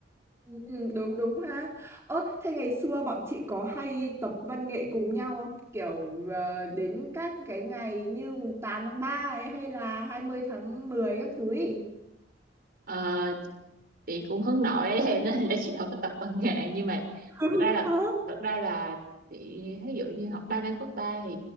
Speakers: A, on the right; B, on the right.
A: ừ, ừ, đúng đúng ha ơ thế ngày xưa bọn chị có hay tập văn nghệ cùng nhau không kiểu ờ, đến các cái ngày như mùng 8 tháng 3 ấy hay là 20 tháng 10 các thứ ý
B: Ờ, chị cũng hướng nội ấy, <laughs> em nên là chị không có tập văn nghệ nhưng mà
A: <laughs>
B: thật ra là thật ra là chị ví dụ như học ba năm cấp ba thì